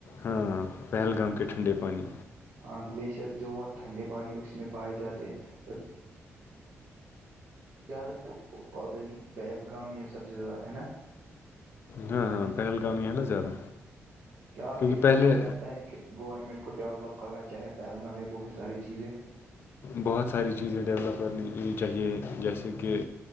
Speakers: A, on the left; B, on the right.
A: ہاں پہلگام کے ٹھنڈے پانی
B: ہاں گلیشئرز جو وہ ٹھنڈے پانی اس میں پائے جاتے اور زیادہ ت بلی پہلگامی ہے سب سے ز ہے نا
A: ہاں ہاں پہلگام ہی ہے نا زیادہ
B: کیا آپ
A: کیونکہ
B: کے خیال
A: پہلے
B: سے لگتا ہے کہ گورنمنٹ کو ڈیولپ کرنا چاہے پہلگام ہے بہت ساری چیزیں
A: بہت ساری چیزیں ڈیولپ کرنی چاہیے جیسے کہ